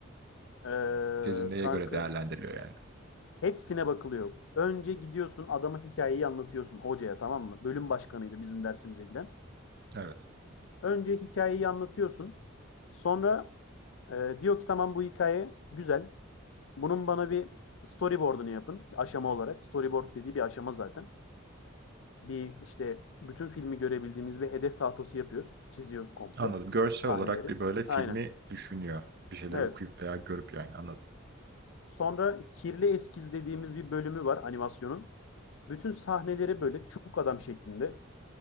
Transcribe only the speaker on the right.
Tezin neye
göre değerlendiriliyor yani?
Evet.
Anladım. Görsel
olarak bir böyle filmi
düşünüyor. Bir şeyleri
okuyup veya görüp yani anladım.